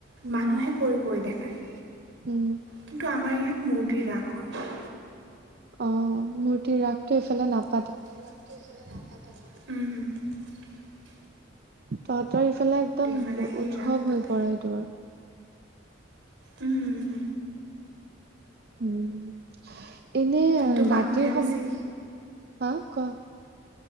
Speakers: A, on the right; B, on the right.
A: উম
B: মানুহে কৰি কৰি দেখায়।
A: উম
B: কিন্তু আমাৰ ইয়াত মূৰ্তি ৰাস হয়।
A: অ', মূৰ্তিৰ ৰাগটো এইফালে নাপ
B: ঠোফালে ন' উম।
A: তহঁতৰ ইফালে একদম
B: ফালে সেই
A: উৎসৱ
B: ৰাস পাতে
A: হৈ পৰে তোৰ।
B: উম।
A: উম। এনে
B: কিন্তু মানুহে
A: ৰাতিৰ সময়
B: বেছি
A: হা কোৱা